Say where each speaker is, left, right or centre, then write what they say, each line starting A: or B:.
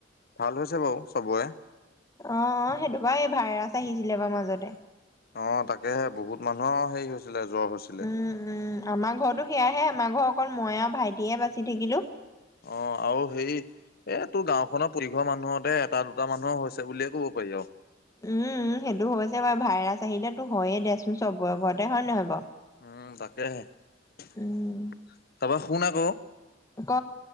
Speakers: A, on the left (about 50°); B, on the left (about 15°).
A: ভাল হৈছে বাৰু চবৰে
B: অ অ সেইটো বাও এই ভাইৰাছ আহিছিলে বাৰু মাজতে
A: অ তাকেহে বহুত মানুহৰ হেৰি হৈছিলে জ্বৰ হৈছিলে
B: উম উম আমাৰ ঘৰতো সেয়াহে আমাৰ ঘৰ অকল মই আৰু ভাইটিয়ে বাচি থাকিলোঁ
A: অ আৰু হেৰি এ তোৰ গাঁওখনৰ পতিঘৰ মানুহতে এটা দুটা মানুহৰ হৈছে বুলিয়ে ক'ব পাৰি আৰু
B: উম উম সেইটো হৈছে বাৰু ভাইৰাছ আহিলে তো হয়য়ে দেচোন চবৰে ঘৰতে হয় নহয় বাৰু
A: উম তাকে হে তাৰপা
B: উম
A: শুন আকৌ
B: ক